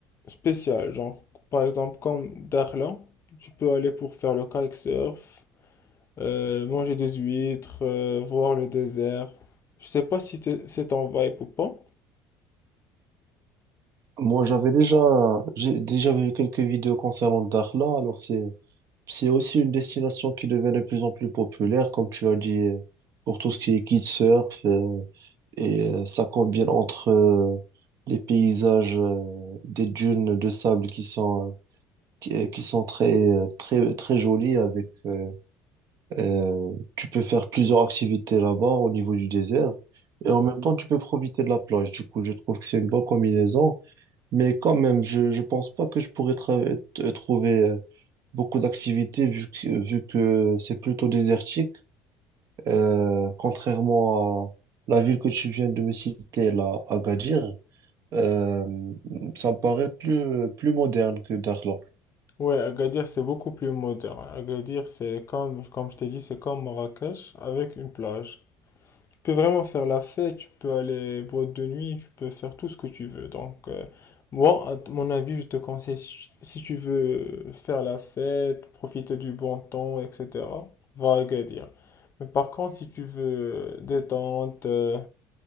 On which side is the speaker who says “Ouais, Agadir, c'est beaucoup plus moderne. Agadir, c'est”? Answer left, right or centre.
Left